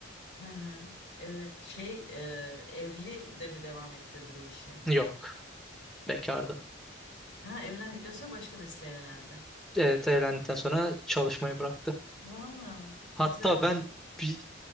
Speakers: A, on the left; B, in the centre.
A: Hı hı. Evet. Şey e, evli de mi devam ettirdi bu işi?
B: Yok, bekardı.
A: Ha evlendikten sonra başka mesleğe yöneldi.
B: Evet evlendikten sonra çalışmayı bıraktı.
A: Valla
B: Hatta
A: güzel.
B: ben bir,